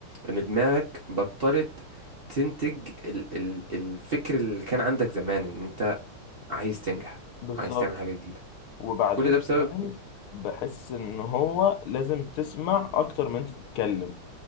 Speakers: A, on the right; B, on the left.
A: ان دماغك بطلت تنتج ال... ال... الفكر اللي كان عندك زمان ان انت عايز تنجح
B: بالظبط
A: عايز تعمل حاجة جديدة
B: وبعدين
A: كل ده بسبب
B: كمان بحس ان هو لازم تسمع اكتر من انت تتكلم